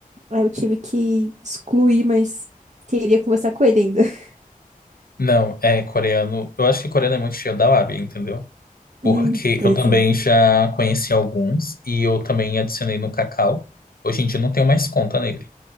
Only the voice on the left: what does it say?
Não, é coreano. Eu acho que coreano é muito cheio da lábia, entendeu? Porque
eu também
já conheci alguns e eu também adicionei no Kakao. Hoje em dia eu não tenho mais conta nele.